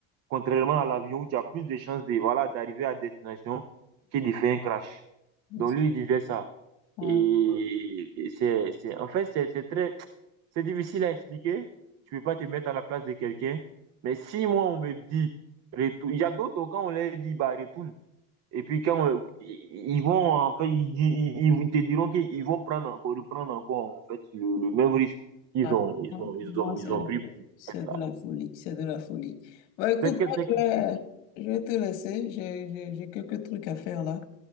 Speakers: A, on the right; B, on the left.
A: Contrairement à l'avion, où tu as plus de chances de, voilà, d'arriver à destination que de faire un crash.
B: mhm.
A: Donc lui, il disait ça.
B: Ouais.
A: Et c'est, c'est, en fait, c'est, c'est très, c'est difficile à expliquer. Tu peux pas te mettre à la place de quelqu'un. Mais si moi, on me dit, retourne, il y a d'autres, quand on leur dit, bah, retourne, et puis quand euh, ils vont, en fait, ils, ils, ils te diront qu'ils vont prendre encore, reprendre encore, en fait, le, le même risque qu'ils
B: Ah,
A: ont, ils
B: Pour
A: ont, ils
B: moi,
A: ont,
B: c'est
A: ils ont pris pour
B: c'est
A: être là.
B: de la folie, c'est de la folie. Bah, écoute,
A: Peut-être que
B: moi,
A: c'est-
B: je vais, je vais te laisser, j'ai j'ai- j'ai quelques trucs à faire là.